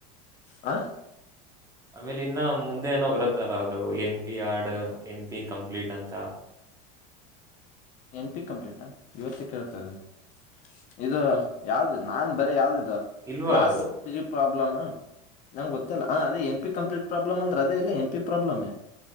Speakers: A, on the left; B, on the right.
A: ಆ
B: ಆಮೇಲೆ ಇನ್ನ ಮುಂದೆ ಏನೋ ಬರತ್ತಲ್ಲ ಅದು ಎನ್ ಪಿ ಆರ್ಡ್ ಎನ್ ಪಿ ಕಂಪ್ಲೀಟ್ ಅಂತ
A: ಎನ್ ಪಿ ಕಂಪ್ಲೀಟಾ ಇವತ್ತೇ ಕೇಳ್ತಾ ಇದದಾನಾ ಇದು ಯಾವ್ದ ನಾನ್ ಬರೀ ಯಾವ್ದದು
B: ಇಲ್ವಾ
A: ಕ್ಲಾಸ್
B: ಅದು
A: ಪಿ ಪ್ರಾಬ್ಲಮ್ ನಂ್ ಗೊತ್ತಿಲ್ಲಾ ಅದೇ ಎನ್ ಪ ಕಂಪ್ೀಟ್ ಪ್ರಾಬ್ಲಮ ಅಂದ್ರೆ ಅೇ ಇಲ್ಲ ಎನ್ ಪಿ ಪ್ರಾಬ್ಲಮ್